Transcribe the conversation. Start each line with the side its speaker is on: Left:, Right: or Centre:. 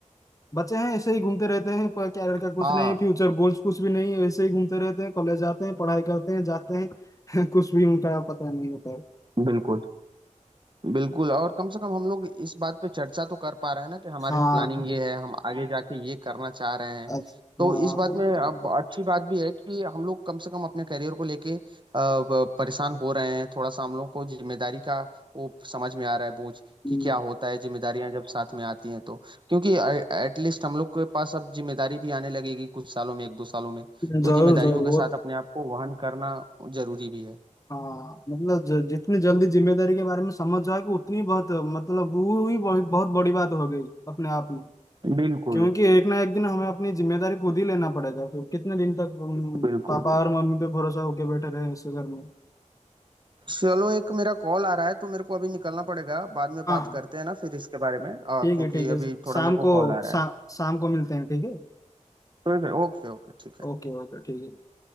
Left: बच्चे हैं ऐसे ही घूमते रहते हैं पर कैरियर का
Right: हाँ
Left: कुछ नहीं फ्यूचर गोल्स कुछ भी नहीं ऐसे ही घूमते रहते हैं कॉलेज जाते हैं पढ़ाई करते हैं जाते हैं <laughs> कुछ भी उनका पता नहीं होता है
Right: बिल्कुल बिल्कुल और कम से कम हम लोग इस बात पे चर्चा तो कर पा रहे हैं ना कि हमारी
Left: हाँ
Right: प्लानिंग
Left: हाँ
Right: ये है हम आगे जाके ये करना चाह रहे हैं
Left: अच्छा,
Right: तो
Left: हाँ,
Right: इस बात में अब अच्छी बात भी है कि हम लोग कम से कम अपने करियर को लेके अ, ब- परेशान हो रहे हैं थोड़ा सा हम लोग को जिम्मेदारी का वो समझ में आ रहा है बोझ
Left: हम्म,
Right: कि क्या होता है जिम्मेदारियां जब साथ में आती हैं तो क्योंकि एटलीस्ट हम लोग के पास अब जिम्मेदारी भी आने लगेगी कुछ सालों में एक दो सालों में तो
Left: जरूर
Right: जिम्मेदारियों
Left: जरूर
Right: के
Left: वो
Right: साथ अपने आप को वहन करना जरूरी भी है
Left: हाँ मतलब ज, जितनी जल्दी जिम्मेदारी के बारे में समझ जाओगे उतनी बहुत मतलब वो ही बहुत, बहुत बड़ी बात हो गई अपने आप में
Right: बिल्कुल
Left: क्योंकि एक ना एक दिन हमें अपनी जिम्मेदारी खुद ही लेना पड़ेगा फिर कितने दिन तक हम
Right: बिल्कुल
Left: पापा और मम्मी पे भरोसा होके बैठे रहे इस घर में
Right: चलो एक मेरा कॉल आ रहा है तो मेरे को अभी निकलना पड़ेगा बाद में बात
Left: हाँ हाँ
Right: करते हैं ना फिर इसके बारे में अ,
Left: ठीक
Right: क्योंकि
Left: है ठीक है
Right: अभी थोड़ा
Left: शाम
Right: मेरे को
Left: को
Right: कॉल आ रहा
Left: शा,
Right: है
Left: शाम को मिलते हैं ठीक है
Right: ठीक है ओके ओके ठीक है
Left: ओके ओके ठीक है